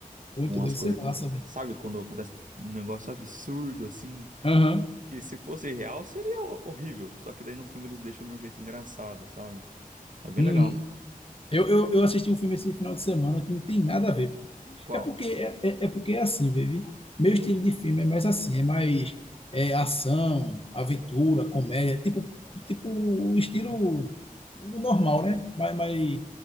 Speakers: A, on the left (about 40°); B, on the right (about 60°).
A: Muito,
B: com
A: deve
B: as coisas,
A: ser massa,
B: com,
A: velho.
B: sabe quando acontece um negócio absurdo assim,
A: Aham.
B: que se fosse real seria ho- horrível, só que daí no filme eles deixam de um jeito engraçado, sabe? É bem
A: Hum,
B: legal.
A: eu, eu, eu assisti um filme esse final de semana que não tem nada a ver.
B: Qual?
A: É porque é, é, é porque é assim, baby. Meu estilo de filme é mais assim, é mais é, ação, aventura, comédia, tipo, tipo o estilo normal, né? Mas, mas